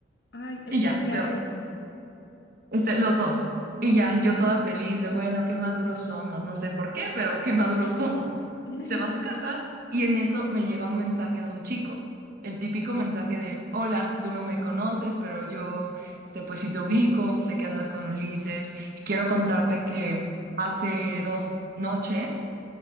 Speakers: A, on the left; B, on the right.
A: Ay, él
B: y
A: te
B: ya,
A: decía
B: se,
A: eso,
B: este, los dos.
A: ok.
B: Y ya, yo toda feliz de, bueno, qué maduros somos, no sé por qué, pero qué maduros somos.
A: Ay,
B: Se va
A: no,
B: a su casa y en eso me llega un mensaje de un chico, el típico mensaje de, hola, tú no me conoces, pero yo, este, pues sí te ubico, sé que andas con Ulises, quiero contarte que hace dos noches,